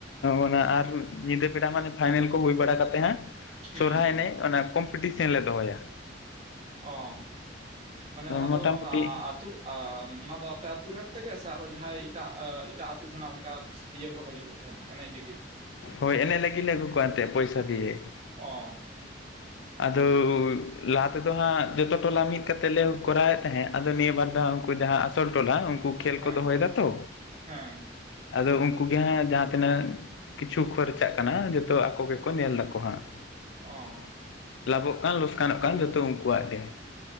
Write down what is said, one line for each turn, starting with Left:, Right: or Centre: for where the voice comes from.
Left: ᱚᱱᱟ ᱟᱨ ᱧᱤᱫᱟᱹ ᱵᱮᱲᱟ ᱢᱟᱱᱮ ᱯᱷᱟᱭᱱᱮᱞ ᱠᱚ ᱦᱩᱭ ᱵᱟᱲᱟ ᱠᱟᱛᱮ ᱦᱟᱜ᱾
Right: ᱦᱩᱸ
Left: ᱥᱚᱨᱦᱟᱭ ᱮᱱᱮᱡ ᱚᱱᱟ ᱠᱚᱢᱯᱤᱴᱤᱥᱮᱱ ᱞᱮ ᱫᱚᱦᱚᱭᱟ ᱾
Right: ᱚᱸ ᱢᱟᱱᱮ ᱚᱱᱟ
Left: ᱢᱚᱴᱟᱢᱩᱴᱤ
Right: ᱫᱚ ᱟᱹᱛᱩᱼᱼ ᱚᱸ ᱚᱱᱟ ᱫᱚ ᱟᱯᱮ ᱟᱹᱛᱩ ᱨᱮᱱ ᱛᱮᱜᱮ ᱥᱮ ᱟᱨᱦᱚᱸ ᱡᱟᱦᱟᱸᱭ ᱮᱴᱟᱜ ᱮᱴᱟᱜ ᱟᱹᱛᱩ ᱠᱷᱚᱱᱟᱜ ᱚᱱᱠᱟ ᱤᱭᱟᱹ ᱠᱚ ᱦᱤᱡᱩᱜ-ᱟ ᱛᱟᱦᱮᱫ ᱮᱱᱮᱡ ᱞᱟᱹᱜᱤᱫ᱾
Left: ᱦᱳᱭ ᱮᱱᱮᱡ ᱞᱟᱹᱜᱤᱫ ᱞᱮ ᱟᱜᱩᱠᱚᱣᱟ ᱮᱱᱛᱮ ᱯᱚᱭᱥᱟ ᱫᱤᱭᱮ᱾
Right: ᱚᱸ,
Left: ᱟᱫᱚ ᱞᱟᱦᱟ ᱛᱮᱫᱚ ᱦᱟᱜ ᱡᱚᱛᱚ ᱴᱚᱞᱟ ᱢᱤᱫ ᱠᱟᱛᱮᱞᱮ ᱠᱚᱨᱟᱣᱮᱫ ᱛᱟᱦᱮᱫ ᱟᱫᱚ ᱱᱤᱭᱟᱹ ᱵᱟᱨ ᱫᱚ ᱦᱟᱜ ᱩᱱᱠᱩ ᱡᱟᱦᱟᱸ ᱟᱥᱚᱞ ᱴᱚᱞᱟ ᱩᱱᱠᱩ ᱠᱷᱮᱞ
Right: ᱦᱮᱸ
Left: ᱠᱚ ᱫᱚᱦᱚᱭᱮᱫᱟ ᱛᱚ᱾
Right: ᱦᱮᱸ
Left: ᱟᱫᱚ ᱩᱱᱠᱩ ᱜᱮ ᱦᱟᱜ ᱡᱟᱦᱟᱸ ᱛᱤᱱᱟᱹᱜ ᱠᱤᱪᱷᱩ ᱠᱷᱚᱨᱪᱟᱜ ᱠᱟᱱᱟ ᱡᱚᱛᱚ ᱟᱠᱚ ᱜᱮᱠᱚ ᱧᱮᱞ ᱫᱟᱠᱚ ᱦᱟᱸᱜᱼᱼ
Right: ᱚᱸ,
Left: ᱞᱟᱵᱷᱚᱜ ᱠᱟᱱ ᱞᱚᱥᱠᱟᱱᱚᱜ ᱠᱟᱱ ᱡᱚᱛᱚ ᱩᱱᱠᱩᱣᱟᱜ ᱜᱮ᱾